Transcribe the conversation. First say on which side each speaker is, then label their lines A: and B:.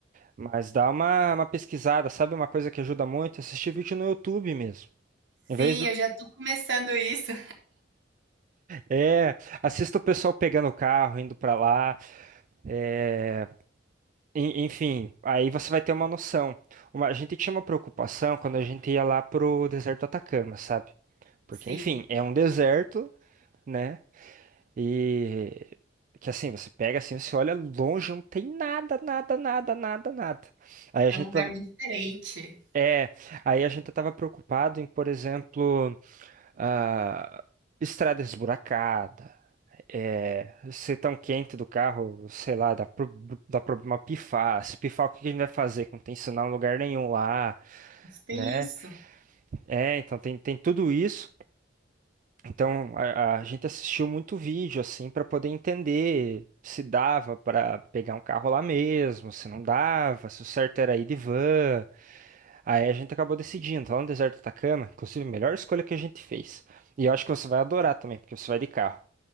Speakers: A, on the right; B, on the right.
A: Mas dá uma, uma pesquisada, sabe uma coisa que ajuda muito? Assistir vídeo no YouTube mesmo.
B: Sim,
A: Em vez do-
B: eu já tô começando isso.
A: É, assista o pessoal pegando o carro, indo para lá. É, en- enfim, aí você vai ter uma noção. Uma- a gente tinha uma preocupação quando a gente ia lá pro deserto do Atacama, sabe? Porque,
B: Sim,
A: enfim, é um deserto né? E que assim, você pega assim, você olha longe, não tem nada, nada, nada, nada, nada. Aí a
B: é
A: gente
B: um lugar
A: tava,
B: muito diferente.
A: é, aí a gente tava preocupado em, por exemplo, ah, estrada esburacada, é, ser tão quente do carro, sei lá, dá, pro- dá problema pifar. Se pifar, o que a gente vai fazer? Que não tem sinal em lugar nenhum lá,
B: Tem
A: né?
B: isso.
A: É, então tem, tem tudo isso. Então a, a gente assistiu muito vídeo assim para poder entender se dava para pegar um carro lá mesmo, se não dava, se o certo era ir de van. Aí a gente acabou decidindo, lá no deserto do Atacama, inclusive a melhor escolha que a gente fez. E eu acho que você vai adorar também, porque você vai de carro.